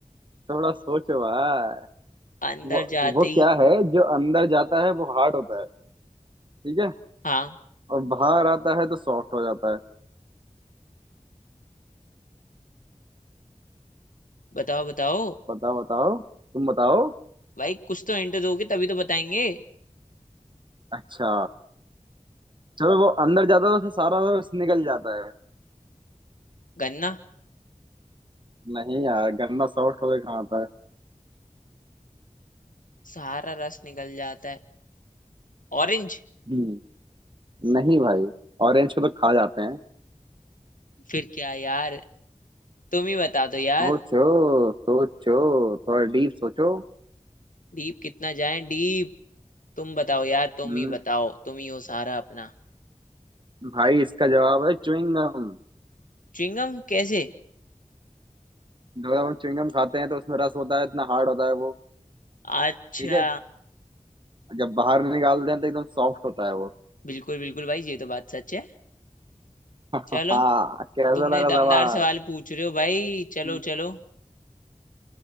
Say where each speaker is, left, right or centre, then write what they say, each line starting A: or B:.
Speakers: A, on the right (about 35°); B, on the left (about 80°).
A: थोड़ा सोचो भाई
B: अंदर
A: वो
B: जाते
A: वो क्या
B: ही
A: है जो अंदर जाता है वो हार्ड होता है ठीक है
B: हाँ
A: और बाहर आता है तो सॉफ्ट हो जाता है
B: बताओ बताओ
A: बताओ बताओ तुम बताओ
B: भाई कुछ तो हिंट दोगे तभी तो बताएंगे
A: अच्छा चलो वो अंदर जाता है तो फिर सारा रस निकल जाता है
B: गन्ना
A: नहीं यार गन्ना सॉफ्ट होके कहाँ आता है
B: सारा रस निकल जाता है ऑरेंज
A: हम्म, नहीं भाई ऑरेंज को तो खा जाते हैं
B: फिर क्या यार तुम ही बता दो यार
A: सोचो सोचो थोड़ा डीप सोचो
B: डीप कितना जाए डीप तुम बताओ यार तुम
A: हम्म
B: ही बताओ तुम ही हो सारा अपना
A: भाई इसका जवाब है च्युइंगम
B: च्युइंगम कैसे
A: जब हम च्युइंगम खाते हैं तो उसमें रस होता है इतना हार्ड होता है वो
B: अच्छा
A: ठीक है जब बाहर निकालते हैं तो एकदम सॉफ्ट होता है वो
B: बिल्कुल बिल्कुल भाई ये तो बात सच है
A: <laughs>
B: चलो
A: हाँ कैसा
B: तुमने
A: लगा
B: दमदार
A: सवाल
B: सवाल पूछ रहे हो भाई चलो
A: हम्म,
B: चलो